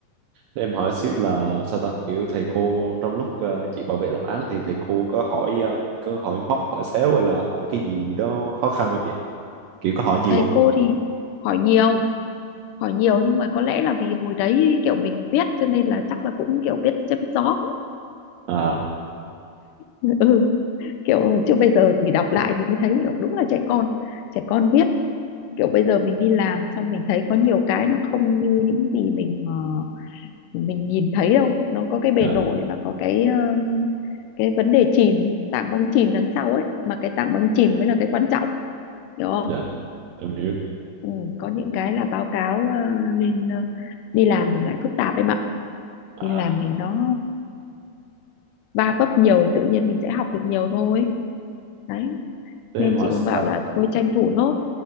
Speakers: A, on the right; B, on the left.
A: Để em hỏi xíu là sao ta kiểu thầy cô trong lúc ờ, chị bảo vệ luận án thì thầy cô có hỏi ờ, có hỏi móc hỏi xéo hay là hỏi cái gì đó khó khăn không vậy kiểu có hỏi nhiều
B: thầy
A: không
B: cô
A: á?
B: thì hỏi nhiều hỏi nhiều nhưng mà có lẽ là vì hồi đấy kiểu mình viết cho nên là chắc là cũng kiểu viết chém gió
A: à
B: <laughs> ừ kiểu chứ bây giờ thì đọc lại thì mới thấy kiểu đúng là trẻ con trẻ con viết kiểu bây giờ mình đi làm xong mình thấy có nhiều cái nó không như những gì mình ờ, mình nhìn thấy đâu nó có cái bề
A: dạ
B: nổi và có cái ờ, cái vấn đề chìm tảng băng chìm đằng sau ấy mà cái tảng băng chìm mới là cái quan trọng hiểu không
A: dạ em hiểu
B: ừ, có những cái là báo cáo ờ, lên ờ, đi làm thì lại phức tạp em ạ đi
A: à
B: làm thì nó va vấp nhiều thì tự nhiên mình sẽ học được nhiều thôi đấy
A: thế
B: nên
A: em hỏi
B: chị
A: xíu
B: cũng bảo
A: là
B: là thôi tranh thủ nốt